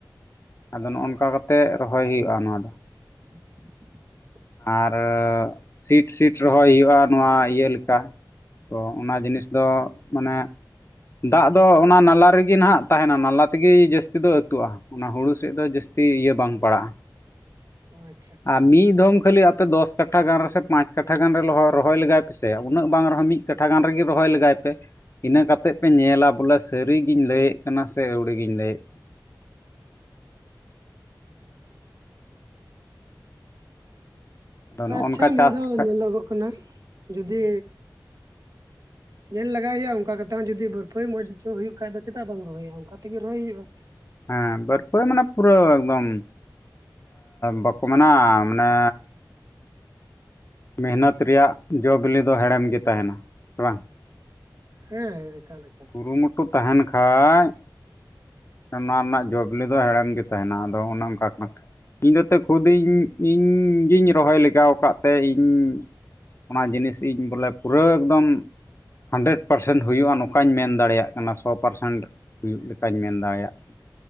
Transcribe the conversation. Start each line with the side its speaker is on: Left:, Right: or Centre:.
Left: ᱟᱫᱚ ᱱᱚᱜ-ᱚᱱᱠᱟ ᱠᱟᱛᱮᱜ ᱨᱚᱦᱚᱭ ᱦᱩᱭᱩᱜᱼᱟ ᱱᱚᱣᱟ ᱫᱚ᱾
Right: <inaudible>
Left: ᱟᱨ ᱥᱤᱴ ᱥᱤᱴ ᱨᱚᱦᱚᱭ ᱦᱩᱭᱩᱜᱼᱟ ᱱᱚᱣᱟ ᱤᱭᱟᱹ ᱞᱮᱠᱟ᱾ ᱛᱚ ᱚᱱᱟ ᱡᱤᱱᱤᱥ ᱫᱚ ᱢᱟᱱᱮ ᱫᱟᱜ ᱫᱚ ᱚᱱᱟ ᱱᱟᱞᱟ ᱨᱮᱜᱮ ᱱᱟᱦᱟᱜ ᱛᱟᱦᱮᱱᱟ ᱱᱟᱞᱟ ᱛᱮᱜᱮ ᱡᱟᱹᱥᱛᱤ ᱫᱚ ᱟᱹᱛᱩᱜᱼᱟ᱾ ᱚᱱᱟ ᱦᱩᱲᱩ ᱥᱮᱫ ᱫᱚ ᱡᱟᱹᱥᱛᱤ ᱤᱭᱟᱹ ᱵᱟᱝ ᱯᱟᱲᱟᱜᱼᱟ᱾
Right: ᱦᱳᱭ
Left: ᱟᱨ ᱢᱤᱫ ᱫᱷᱚᱢ ᱠᱷᱟᱹᱞᱤ ᱟᱯᱮ ᱫᱚᱥ- ᱠᱟᱴᱷᱟ ᱜᱟᱱ ᱨᱮᱥᱮ ᱯᱟᱸᱪ ᱠᱟᱴᱷᱟ ᱜᱟᱱ ᱨᱮ ᱨᱚᱦᱚᱭ ᱞᱮᱜᱟᱭ ᱯᱮᱥᱮ ᱩᱱᱟᱹᱜ ᱵᱟᱝ ᱨᱮᱦᱚᱸ ᱢᱤᱫ ᱠᱟᱴᱷᱟ ᱜᱟᱱ ᱨᱮᱜᱮ ᱨᱚᱦᱚᱭ ᱞᱮᱜᱟᱭ ᱯᱮ ᱤᱱᱟᱹ ᱠᱟᱛᱮᱫ ᱯᱮ ᱧᱮᱞᱟ ᱵᱚᱞᱮ ᱥᱟᱹᱨᱤᱜᱤᱧ ᱞᱟᱹᱭᱮᱫ ᱠᱟᱱᱟ ᱥᱮ ᱟᱹᱣᱲᱤ ᱜᱤᱧ ᱞᱟᱹᱭᱮᱫ ᱟᱫᱚ
Right: ᱚᱸ
Left: ᱱᱚᱜᱼᱚ
Right: ᱟᱪᱪᱷᱟ
Left: ᱱᱚᱝᱠᱟ
Right: ᱱᱤᱭᱟᱹ
Left: ᱪᱟᱥ
Right: ᱫᱷᱟᱣ ᱧᱮᱞᱚᱜᱚᱜ
Left: ᱠᱷᱟᱡ
Right: ᱠᱟᱱᱟ ᱡᱩᱫᱤ ᱧᱮᱞ ᱞᱟᱜᱟᱭ ᱦᱩᱭᱩᱜᱼᱟ ᱚᱱᱠᱟ ᱠᱟᱛᱮᱜ ᱦᱚᱸ ᱡᱩᱫᱤ ᱵᱚᱨᱯᱷᱚᱭᱟ ᱢᱚᱸᱡᱽ ᱦᱩᱭᱩᱜ ᱠᱷᱟᱡ ᱫᱚ ᱪᱮᱫᱟᱜ ᱵᱟᱢ ᱨᱚᱦᱚᱭᱟ ᱚᱱᱠᱟ ᱛᱮᱜᱮ ᱨᱚᱦᱚᱭ ᱦᱩᱭᱩᱜᱼᱟ᱾
Left: ᱦᱮᱸ ᱵᱟᱨᱯᱟᱹᱭ ᱢᱟᱱᱮ ᱯᱩᱨᱟᱹ ᱮᱠᱫᱚᱢ ᱵᱟᱠᱚ ᱢᱮᱱᱟ ᱢᱟᱱᱮ ᱢᱮᱦᱱᱚᱛ ᱨᱮᱭᱟᱜ ᱡᱚ ᱵᱤᱞᱤ ᱫᱚ ᱦᱮᱲᱮᱢ ᱜᱮ ᱛᱟᱦᱮᱱᱟ ᱥᱮ ᱵᱟᱝ
Right: ᱦᱮᱸ ᱮᱠᱟᱞ ᱮᱠᱟᱞ
Left: ᱠᱩᱨᱩᱢᱩᱴᱩ ᱛᱟᱦᱮᱱ ᱠᱷᱟᱡ ᱱᱚᱣᱟ ᱨᱮᱱᱟᱜ ᱡᱚᱵᱤᱞᱤ ᱫᱚ ᱦᱮᱲᱮᱢ ᱜᱮ ᱛᱟᱦᱮᱱᱟ ᱟᱫᱚ ᱚᱱᱮ ᱚᱱᱠᱟ ᱠᱷᱟᱱ ᱤᱧ ᱫᱟᱹᱛᱮ ᱠᱷᱩᱫ ᱤᱧ ᱤᱧ ᱜᱤᱧ ᱨᱚᱦᱚᱭ ᱞᱮᱜᱟᱣ ᱟᱠᱟᱫ ᱛᱮ ᱤᱧ- ᱚᱱᱟ ᱡᱤᱱᱤᱥ ᱤᱧ ᱵᱚᱞᱮ ᱯᱩᱨᱟᱹ ᱮᱠᱫᱚᱢ ᱦᱟᱱᱰᱮᱨᱮᱰ ᱯᱟᱨᱥᱮᱱᱴ ᱦᱩᱭᱩᱜᱼᱟ ᱱᱚ ᱚᱱᱠᱟᱧ ᱢᱮᱱ ᱫᱟᱲᱮᱭᱟᱜ ᱠᱟᱱᱟ ᱥᱚ ᱯᱟᱨᱥᱮᱱᱴ ᱦᱩᱭᱩᱜ ᱞᱮᱠᱟᱧ ᱢᱮᱱ ᱫᱟᱲᱮᱭᱟᱜ ᱠᱟᱱᱟ